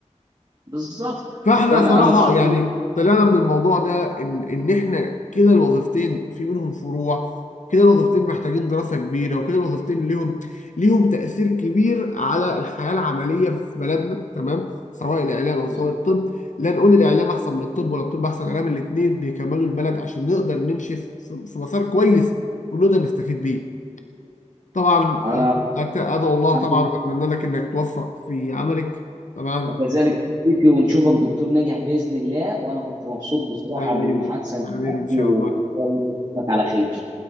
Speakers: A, on the right (about 35°); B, on the left (about 85°).
A: بالظبط
B: فاحنا
A: فانا
B: صراحة
A: مبسوط
B: يعني
A: إن-
B: طلعنا من الموضوع ده ان ان احنا كده الوظيفتين في منهم فروع كده الوظيفتين محتاجين دراسة كبيرة وكده الوظيفتين ليهم ليهم تأثير كبير على الحياة العملية في بلدنا تمام سواء الإعلام أو
A: بالظبط.
B: سواء الطب لا نقول الإعلام أحسن من الطب ولا الطب أحسن من الإعلام الاتنين بيكملوا البلد عشان نقدر نمشي في في- في مسار كويس ونقدر نستفيد بيه طبعا
A: انا
B: أت- أدعو الله
A: أنا
B: طبعا
A: كنت-
B: وأتمنى لك إنك توفق في عملك طبعا
A: كذلك صديقي ونشوفك دكتور ناجح باذن الله وانا كنت مبسوط بصراحه
B: حبيبي
A: بالمحادثه معاك
B: حبيبي إن شاء
A: وان
B: الله
A: شاء الله نشوفك على خير